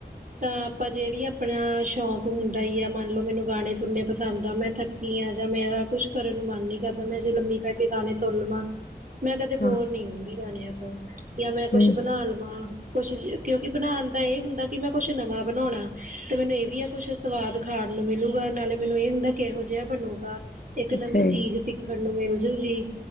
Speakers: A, on the right; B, on the left.
A: ਤਾਂ ਆਪਾਂ ਜੇੜੀ ਆਪਣਾ ਸ਼ੌਕ ਹੁੰਦਾ ਈ ਆ ਮਨ ਚ ਮੈਨੂੰ ਗਾਨੇ ਸੁਣੇ ਪਸੰਦ ਆ ਮੈਂ ਥੱਕੀ ਆਂ ਜਾਂ ਮੇਰਾ ਕੁੱਛ ਕਰਨ ਨੂੰ ਮਨ ਨੀ ਕਰਦਾ ਮੈਂ ਜੇ ਲੰਮੀ ਪੈ ਕੇ ਗਾਨੇ ਸੁਣ ਲਵਾਂ ਮੈਂ ਕਦੇ ਬੋਰ
B: ਹਾਂ
A: ਨੀ ਹੋਊਗੀ ਗਾਨੇਆਂ ਤੋਂ ਜਾਂ ਮੈਂ ਕੁਛ
B: ਹੂੰ
A: ਬਣਾ ਲਵਾਂ ਕੁਛ ਕਿਉਂਕਿ ਬਣਾਣ ਦਾ ਏ ਹੁੰਦਾ ਕਿ ਮੈਂ ਕੁਛ ਨਵਾਂ ਬਣਉਣਾ ਤੇ ਮੈਨੂੰ ਏ ਵੀ ਆ ਕੁਛ ਸਵਾਦ ਖਾਣ ਨੂੰ ਮਿਲੂਗਾ ਨਾਲੇ ਮੈਨੂੰ ਏ ਹੁੰਦਾ ਕਿ ਕੇਹੋ ਜੇਹਾ ਬਣੂਗਾ ਇੱਕ
B: ਅੱਛਾ
A: ਨਵੀਂ ਚੀਜ਼
B: ਜੀ,
A: ਸਿ ਸਾਨੂੰ ਮਿਲਜੂਗੀ,